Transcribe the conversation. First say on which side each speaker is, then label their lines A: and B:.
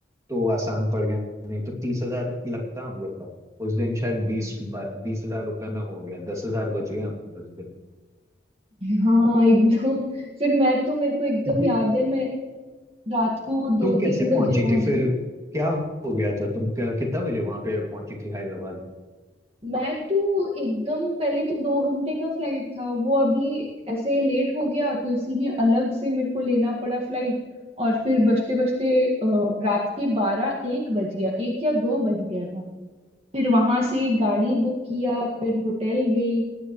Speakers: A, on the right (about 20°); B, on the right (about 35°).
A: तो वो आसान पड़ गया नहीं तो तीस हजार लगता हम लोग का उस दिन शायद बीस बीस हजार रुपए में हो गया दस हजार बच गए अपने उस दिन
B: हाँ एकदम फिर मैं तो मेरे को एकदम
A: क्योंकि
B: याद है मैं रात को दो
A: तुम कैसे
B: तीन बजे
A: पहुंची
B: पहुंची
A: थी फिर क्या हो गया था तुम क्या- कितना बजे वहां पे पहुंची थी हैदराबाद
B: मैं तो एकदम पहले तो दो घंटे का फ्लाइट था वो अभी ऐसे लेट हो गया तो इसीलिए अलग से मेरे को लेना पड़ा फ्लाइट और फिर बजते बजते रात के बारह एक बज गया एक या दो बज गया था फिर वहां से गाड़ी बुक किया फिर होटल गई